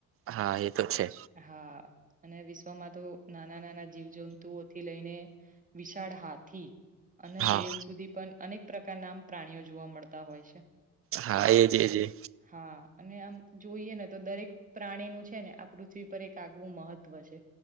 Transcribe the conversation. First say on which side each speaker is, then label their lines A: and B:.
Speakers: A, on the right; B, on the right.
A: હા એ તો છે.
B: હા અને વિશ્વમાં તો નાના નાના જીવજંતુઓથી લઈને વિશાળ હાથી અને
A: હા
B: વેલ સુધી પણ અનેક પ્રકારનામ પ્રાણીઓ જોવા મળતા હોય છે.
A: હા એજ એજ.
B: હા અને આમ જોઈએ ને તો દરેક પ્રાણી નું છે, ને આ પૃથ્વી પર એક આગવું મહત્વ છે.